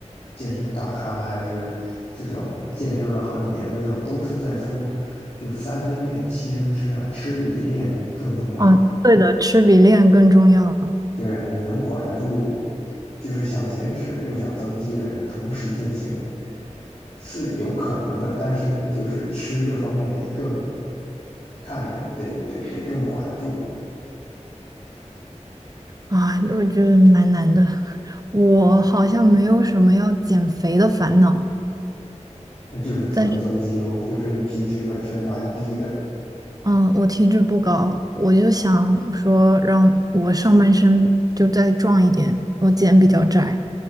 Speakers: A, on the left; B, on the right.
A: 健身大咖还是这种健身了好几年的这种，都是在说，就三分练，七分吃啊，吃比练更重要。
B: 啊，对的，吃比练更重要
A: 对啊，你能管得住，就是想减脂又想增肌的人同时进行是有可能的，但是就是吃这方面得更看得得得得更管得住。
B: 啊，我觉得蛮难的。我好像没有什么要减肥的烦恼，
A: 那就是纯增肌咯，
B: 但是
A: 就是你体脂本身蛮低的，
B: 嗯，我体脂不高，我就想说让我上半身就再壮一点，我肩比较窄，